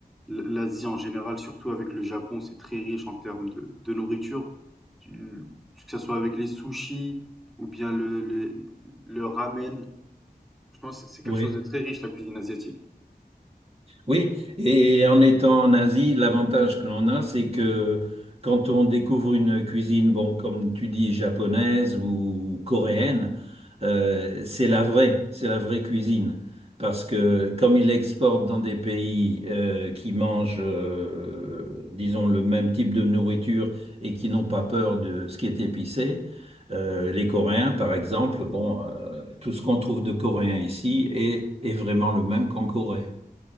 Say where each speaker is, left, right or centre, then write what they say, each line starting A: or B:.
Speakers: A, in the centre; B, on the right.
A: l- l'Asie en général, surtout avec le Japon, c'est très riche en termes de, de nourriture, Tu- que ce soit avec les sushis ou bien le, le, le ramen. Franchement, c'est c'est quelque
B: Oui.
A: chose de très riche, la cuisine asiatique.
B: Oui, et en étant en Asie, l'avantage que l'on a, c'est que quand on découvre une cuisine, bon, comme tu dis, japonaise ou coréenne, euh, c'est la vraie, c'est la vraie cuisine. Parce que comme ils l'exportent dans des pays euh, qui mangent, euh, disons, le même type de nourriture et qui n'ont pas peur de ce qui est épicé, euh, les Coréens, par exemple, bon, euh, tout ce qu'on trouve de coréen ici est, est vraiment le même qu'en Corée.